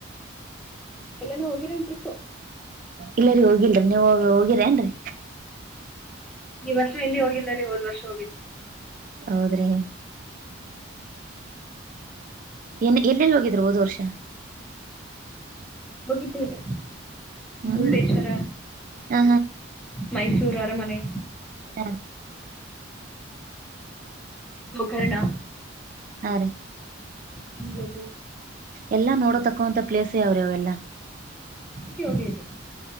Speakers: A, in the centre; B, on the right (about 40°).
A: ಎಲ್ಲಾನು ಹೋಗಿರೆನ್ ಟ್ರಿಪ್
B: ಇಲ್ಲರಿೀ ಹೋಗಿಲ್ರಿ ನೀವು ಹೋಗಿರ ಏನ್ರೀ
A: ಈ ವರ್ಷ ಎಲ್ಲಿ ಹೋಗಿಲ್ಲ ರಿ ಒದ್ ವರ್ಷ ಹೋಗಿದ್ದೆ
B: ಹೌದ್ರಿ ಎನ್ ಎಲ್ಲೆಲ್ಲಿ ಹೋಗಿದ್ರಿ ಹೋದ ವರ್ಷ
A: ಹೋಗಿದಿವ್ರಿ
B: ಹ್ಮ್
A: ಮುರುಡೇಶ್ವರ
B: ಹಾ
A: ಮೈಸೂರು ಅರಮನೆ
B: ಹ
A: ಗೋಕರ್ಣ
B: ಹಾ ರೀ
A: ಮಂಗಳೂರು ಬೀಚ್
B: ಎಲ್ಲ ನೋಡಕಾಂತ ಪ್ಲೇಸ್ ಯಾವ್ರಿ ಅವೆಲ್ಲ
A: ಅದಕ್ಕೆ ಹೋಗೇವ್ರಿ